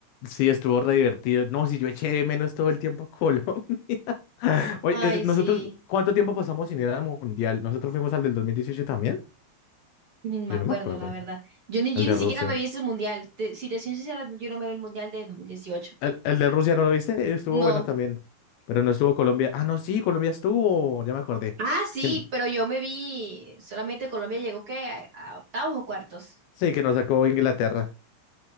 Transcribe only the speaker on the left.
sí, estuvo re divertido. No, si yo eché de menos todo el tiempo a Colombia. <laughs> Oye,
eh,
nosotros, ¿cuánto tiempo pasamos sin ir al Mundial? ¿Nosotros fuimos al del 2018 también?
Yo
no me acuerdo.
Al
de
Rusia.
El, el de Rusia, ¿no lo viste? Estuvo
bueno también. Pero no estuvo Colombia. Ah, no, sí, Colombia estuvo. Ya me acordé.
Que, n-
sí, que nos sacó Inglaterra.